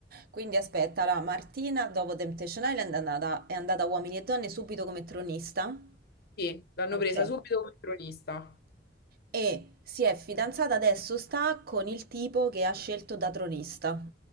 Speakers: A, on the right; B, on the left.
A: Quindi aspetta, la Martina dopo Temptation Island è andata, è andata a Uomini e Donne subito come tronista.
B: Sì, l'hanno
A: Ok.
B: presa subito come cronista.
A: E si è fidanzata adesso, sta con il tipo che ha scelto da tronista.